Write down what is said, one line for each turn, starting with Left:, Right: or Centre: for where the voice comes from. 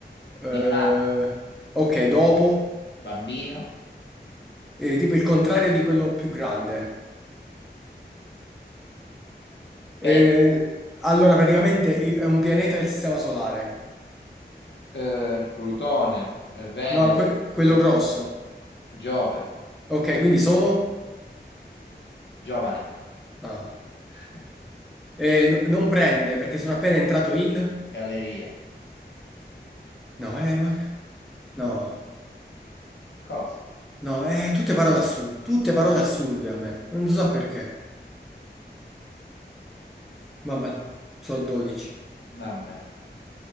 Centre: Eh,
Left: neonato,
Centre: ok, dopo,
Left: bambino,
Centre: eh, tipo il contrario di quello più grande. Eh,
Left: pet,
Centre: allora, praticamente i- è un pianeta del Sistema Solare.
Left: eh, Plutone, eh, Venere,
Centre: No, que- quello
Left: Me-
Centre: grosso.
Left: Giove,
Centre: Ok, quindi sono?
Left: giovane,
Centre: No.
Left: <laughs>
Centre: Eh, n- non prende perché sono appena entrato in...
Left: galleria.
Centre: No, eh, ma... che- No,
Left: Cosa?
Centre: no, eh, tutte parole assurde. Tutte parole assurde a me. Non so perché. Vabbè, sono 12.
Left: Vabbè,